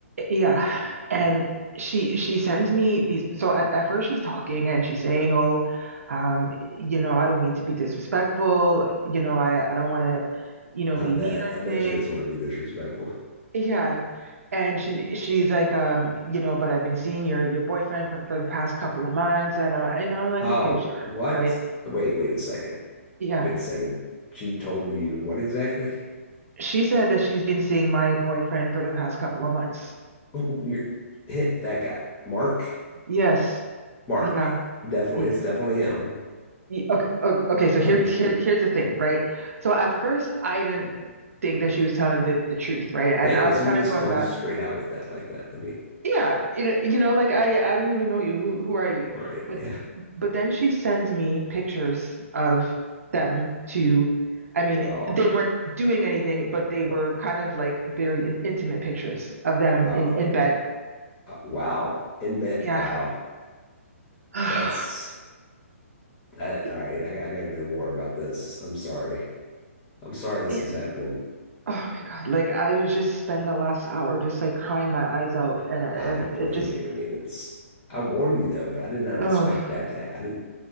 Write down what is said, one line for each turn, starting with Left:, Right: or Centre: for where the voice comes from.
Right: yeah. And she she sends me these. So at, at first she's talking and she's saying, "Oh, um, you know, I don't mean to be disrespectful. You know, I I don't want to, you know,
Left: I
Right: be
Left: bet.
Right: mean or
Left: I bet
Right: anything."
Left: she doesn't want to be disrespectful. <laughs>
Right: Yeah. And she she's like, um, you know, but I've been seeing your your boyfriend for, for the past couple of months, and I, you know, I'm like,
Left: Oh,
Right: okay, sure,
Left: what?
Right: right?
Left: Wait, wait a second.
Right: Yeah.
Left: Wait a second. She told you what exactly? <laughs>
Right: She said that she's been seeing my boyfriend for the past couple of months.
Left: Oh, You're hit that guy. Mark.
Right: Yes.
Left: Mark.
Right: Yeah.
Left: Definitely.
Right: Yeah.
Left: It's definitely him.
Right: y- Okay, o- okay, so here's
Left: I mean,
Right: here, here's the thing, right? So at first I didn't think that she was telling the, the truth, right? And
Left: yeah, because
Right: I was
Left: who
Right: kind
Left: just
Right: of going
Left: comes
Right: back,
Left: straight out with that like that? I mean,
Right: yeah, it, you know, like I I don't even know you. Who who are you?
Left: right.
Right: But
Left: <laughs> Yeah.
Right: but then she sends me pictures of them to, I mean,
Left: Oh,
Right: they weren't doing anything, but they
Left: right.
Right: were kind of like very in, intimate pictures of them
Left: Oh,
Right: in in
Left: like,
Right: bed.
Left: uh, wow. In bed.
Right: Yeah.
Left: Wow.
Right: <sighs>
Left: That's that.
Right: Yeah.
Left: All right. I, got- I got to know more about this. I'm sorry. I'm sorry this
Right: Yeah.
Left: is happening.
Right: Oh my God. Like I was just spend the last hour just like crying my eyes out and it,
Left: I don't blame
Right: it just
Left: you. I mean, it's I warned you though, but I did not
Right: oh
Left: expect that to ha- I didn't